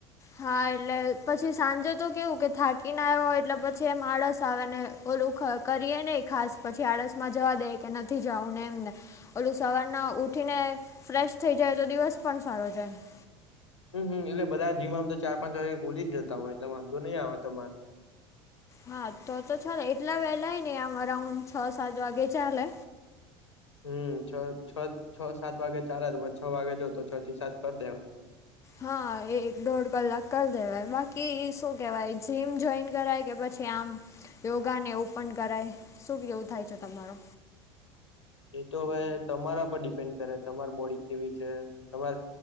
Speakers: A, on the left; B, on the left.
A: હા એટલે પછી સાંજે તો કેવું કે થાકી ને આવ્યા હોય એટલે પછી એમ આળસ આવે ને. ઓલું ક કરીએ નહી ખાસ પછી આળસ માં જાવા દઇએ કે નથી જવું ને એમને ઓલું સવારના ઉઠીને ફ્રેશ થઈ જાય તો દિવસ પણ સારો જાય.
B: હમ્મ હમ્મ એટલે બધા જીમ આમ તો ચાર પાંચ વાગે ખુલી જતા હોય એટલે વાંધો નહી આવે તમારે.
A: હા તો તો ચાલ એટલા વેલાય નહી આમ અરાઉન્ડ છ સાત વાગે ચાલે.
B: હમ્મ છ છ છ સાત વાગે ચાલે તો પછ છ વાગે જઉ તો છ થી સાત ભરી દેવાય.
A: હા એક દોઢ કલાક કરી દેવાય બાકી શું કેવાય જીમ જોઈન કરાય કે પછી કે આમ યોગાને ઓપન કરાય શું કેવું થાય છે તમારો.
B: એ તો હવે તમારા પર ડિપેન્ડ કરે તમાર બોડી કેવી છે તમાર